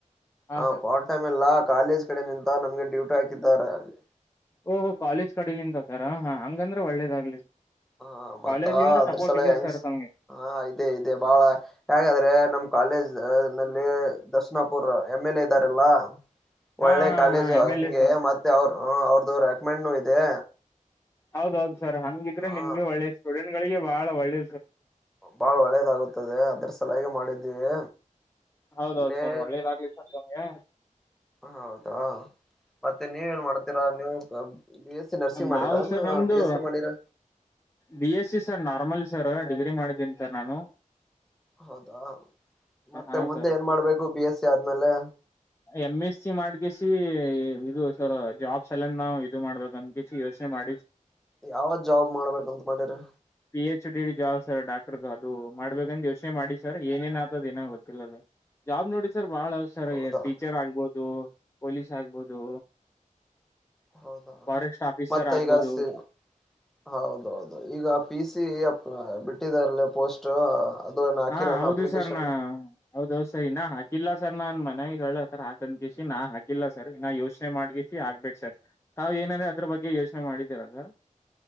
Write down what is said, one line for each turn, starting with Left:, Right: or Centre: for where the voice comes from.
Left: ಹಾ
Centre: ಹ
Left: ಸರ್
Centre: ಪಾರ್ಟ್ ಟೈಮ್ ಇಲ್ಲ ಕಾಲೇಜ್ ಕಡೆ ನಿಂತ ನಮ್ಗೆ ಡ್ಯೂಟಿ ಹಾಕಿದ್ದಾರೆ ಅಲ್ಲಿ
Left: ಓಹೋ ಕಾಲೇಜ್ ಕಡೆ ನಿಮ್ದ ಸರ್ ಹಾ ಹಂಗಂದ್ರೆ ಒಳ್ಳೇದಾಗ್ಲಿ.
Centre: ಹಾ ಮತ್ತಾ
Left: ಕಾಲೇಜಿಂದ
Centre: ಅದ್ರಸಲ
Left: ಸಪೋರ್ಟ್ ಇದೆ
Centre: ಹೆಂಗ್ಸ
Left: ಸರ್ ತಮ್ಗೆ
Centre: ಹಾ ಇದೆ ಇದೆ ಬಾಳ ಯಾಕದ್ರೆ ನಮ ಕಾಲೇಜ್ ನಲ್ಲಿ ದರ್ಶನಾಪುರ್ ಎಮ್ ಎಲ್ ಎ ಇದ್ದಾರಲ್ಲ
Left: ಹಾ
Centre: ಒಳ್ಳೆ
Left: ಹಾ
Centre: ಕಾಲೇಜು
Left: ಹಾ ಎಮ್ ಎಲ್
Centre: ಹಂಗೆ
Left: ಎ ಸರ್
Centre: ಮತ್ತೆ ಅವ್ರ ಅವ್ರದು ರೆಕಮೆಂಡ್ ಇದೆ
Left: ಹೌದೌಹೌದು ಸರ್ ಹಂಗಿದ್ರೆ
Centre: ಹ
Left: ನಿಮ್ಗೆ ಒಳ್ಳೆ ಸ್ಟೂಡೆಂಟ್ ಗಳಿಗೆ ಬಹಳ ಒಳ್ಳೆ.
Centre: ಬಾಳ ಒಳ್ಳೇದಾಗುತ್ತದೆ ಅದ್ರ ಸಲವಾಗಿ ಮಾಡಿದ್ದೀವಿ
Left: ಹೌದ
Centre: ಇಲ್ಲೇ
Left: ಹೌದ ಸರ್ ಒಳ್ಳೇದಾಗ್ಲಿ ಸರ್ ತಮ್ಗೆ
Centre: ಹೌದಾ ಮತ್ತೆ ನೀವೇಏನ್ ಮಾಡ್ತೀರಾ ನೀವು ಗಬು ಬಿ ಎಸ್ ನರ್ಸಿಂಗ್ ಮಾಡಿರಾ
Left: ನಾವು ಸರ್
Centre: ನ
Left: ನಮ್ದು
Centre: ಬಿ ಎಸ್ ಎ ಮಾಡಿರಾ
Left: B S C sir normal sir degree ಮಾಡಿದ್ದೀನಿ ಸರ್ ನಾನು
Centre: ಹೌದಾ ಮತ್ತೆ
Left: ಹಾ
Centre: ಮುಂದೆ
Left: ಸರ್
Centre: ಏನ್ ಮಾಡ್ಬೇಕು ಬಿ ಎಸ್ ಸಿ ಆದ್ಮೇಲೆ.
Left: ಎಮ್ ಎಸ್ ಸಿ ಮಾಡ್ಗಸ ಇದು ಸರ್ ಜಾಬ್ಸ್ ಎಲ್ಲ ನಾವು ಇದು ಮಾಡ್ಬೇಕ ಅಂದಿ ಯೋಚನೆ ಮಾಡಿವಿ
Centre: ಯಾವತ್ ಜಾಬ್ ಮಾಡ್ಬೇಕಂತ ಅನ್ಕೊಂಡಿರಾ
Left: P H P gas doctor ಅದು ಮಾಡ್ಬೇಕಂತ್ ಯೋಚನೆ ಮಾಡಿವ ಸರ್ ಏನೇನ್ ಆತದ್ ಏನ ಗೊತ್ತಿಲ್ಲ ಅದೆ ಜಾಬ್ ನೋಡಿ ಸರ್ ಬಹಳಸರ
Centre: ಹೌದಾ
Left: ಟೀಚರ್ ಆಗ್ಬೋದು ಪೊಲೀಸ್ ಆಗ್ಬೋದು
Centre: ಹೌದಾ
Left: ಫಾರೆಸ್ಟ್ ಆಫೀಸರ್
Centre: ಮತ್ತ
Left: ಆಗ್ಬೋದು
Centre: ಈಗ ಹಚ್ಚತೀನಿ ಹೌದ ಹೌ ಹೌದು ಈಗ ಪಿ ಸಿ ಬಿಟ್ಟಿದರಲ್ಲ ಪೋಸ್ಟ್ ಅದು ಏನ ಹಾಕಿರೇನು
Left: ಹಾ ಹೌದು
Centre: ಅಪ್ಲಿಕೇಶನ್
Left: ಸರ್ ನ ಹೌದು ಸರಿನಾ ಹಾಕಿಲ್ಲ ಸರ್ ನಾನ್ ಮನ್ಯಾಗ ಹೇಳತರ ಹಾಕನ್ಕಸ ನಾ ಹಾಕಿಲ್ಲ ಸರ್ ಇನ್ನ ಯೋಚನೆ ಮಾಡ್ಕಸಿ ಹಾಗ್ಬಬೇಕು ಸರ್ ತಾವ್ ಏನಾದ್ರ ಅದ್ರ ಬಗ್ಗೆ ಯೋಚನೆ ಮಾಡಿದ್ದೀರ ಸರ್